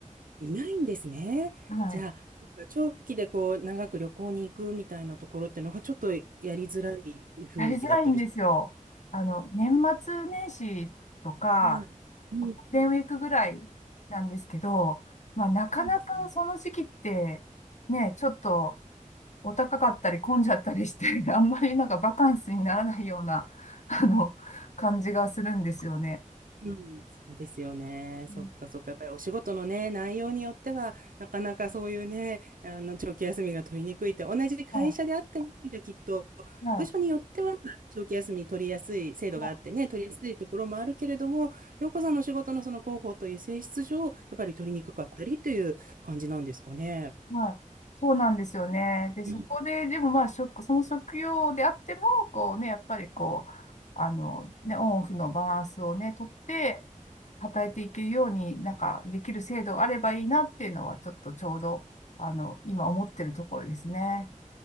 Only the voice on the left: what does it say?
はい。
やりづらいんですよ。あの、年末年始とか、
ゴールデンウィークぐらいなんですけど、まあ、なかなかその時期って、
ね、ちょっとお高かったり混んじゃったりして、<laughs> あんまりなんかバカンスにならないような、あの、感じがするんですよね。
うん
は
い、は
い、は
い、はいそうなんですよね。で、そこで、
でもまあ、職、その職業であっても、こうね、やっぱりこう、あの、ね、オンオフのバランスをね、とって、働いていけるように、なんかできる制度があればいいなっていうのは、ちょっとちょうど、あの、今思ってるところですね。